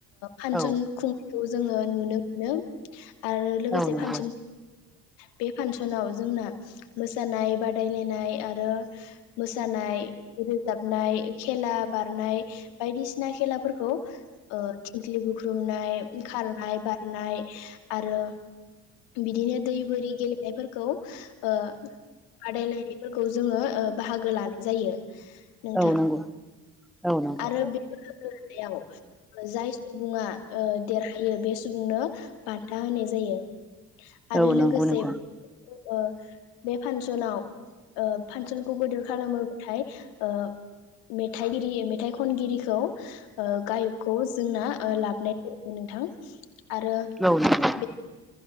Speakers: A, on the left; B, in the centre.
A: फांसन
B: औ
A: खुंनायखौ जोङो नुनो मोनो आरो लोगोसे
B: औ नंगौ
A: फानसन बे फांसनाव जोंना मोसानाय बादायलायनाय आरो मोसानाय रोजाबनाय खेला बारनाय बायदिसिना खेलाफोरखौ ओ थिंख्लि बुख्रुबनाय खारनाय बारनाय आरो बिदिनो दै बोरि गेलेनायफोरखौ बादायलायनायफोरखौ जोङो बाहागो लानाय जायो नोंथां
B: औ नंगौ औ नंगौ
A: आरो बे <unintelligible> जाय सुबुङा देरहैायो बे सुबुंनो बान्था होनाय जायो आरो
B: औ नंगौ
A: लोगोसे
B: नोंथां
A: ओ बे फांसनाव ओ फांसनखौ गोदोर खालामोबाथाय ओ मेथाइगिरि मेथाइ खनगिरिखौ गायकखौ जोंना लाबनाय जायो नोंथां आरो
B: औ नंगौ
A: बे